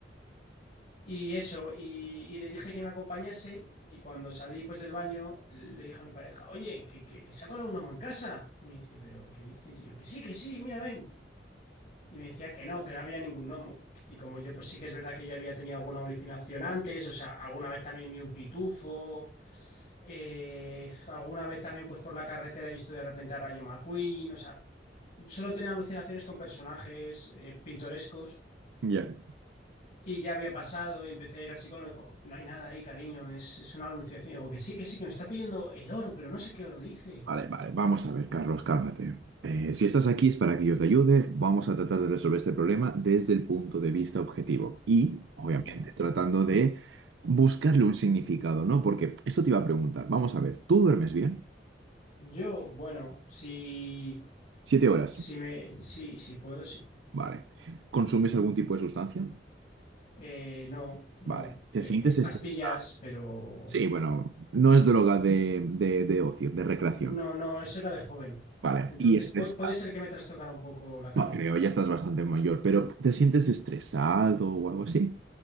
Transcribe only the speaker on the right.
Ya.
Vale, vale, vamos a ver, Carlos, cálmate. Eh, si estás aquí es para que yo te ayude. Vamos a tratar de resolver este problema desde el punto de vista objetivo y, obviamente,
tratando de buscarle un significado, ¿no? Porque esto te iba a preguntar. Vamos a ver, ¿tú duermes bien?
Siete horas.
Vale. ¿Consumes algún tipo de sustancia?
Vale. ¿Te
sientes
estresado?
Sí, bueno, no es droga de, de- de ocio, de recreación.
Vale.
Y estresado.
No creo, ya estás bastante mayor, pero ¿te sientes estresado o algo así?